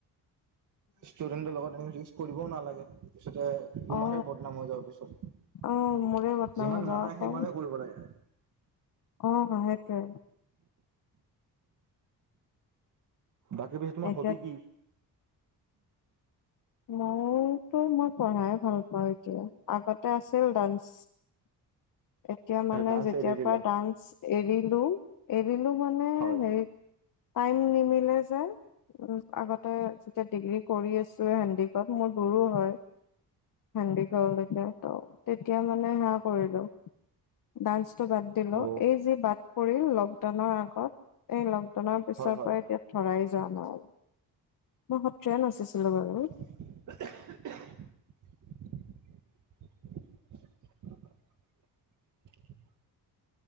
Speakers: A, on the right (about 55°); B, on the left (about 60°).
A: ষ্টুডেন্টৰ লগত এনেকুৱা কৰিবও নালাগে। পিছতে হে তোমাৰহে
B: অ
A: বদনাম হৈ যাব পিছত,
B: অ মোৰে বদনাম
A: যিমান
B: হ'ব
A: জানাই
B: আকৌ
A: সিমানে কৰিব লাগে।
B: অ' সেইটোৱে।
A: বাকী, পিছে তোমাৰ
B: এতিয়া
A: হবি কি?
B: মই টো মই পঢ়াই ভাল পাওঁ এতিয়া, আগতে আছিল ডান্স। এতিয়া মানে
A: ডান্স
B: যেতিয়াৰ
A: এৰি দিলা
B: পৰা ডান্স এৰিলো, এৰিলো মানে
A: হয়
B: হেৰি টাইম নিমিলে যে, আগতে যেতিয়া ডিগ্ৰী কৰি আছোঁ হেনডি। তাত মোৰ দূৰো হয়। হেন্দি গড়লৈকে, ত' তেতিয়া মানে হা কৰিলো ডান্সটো বাদ দিলো,
A: অ
B: এই যি বাট পৰিল লকডাউনৰ আগত এই লকডাউনৰ পিছৰ
A: হয় হয়
B: পৰা এতিয়া ধৰাই যোৱা নাই, মই সত্ৰীয়া নাচিছিলো বাৰু।
A: <unintelligible> <inaudible>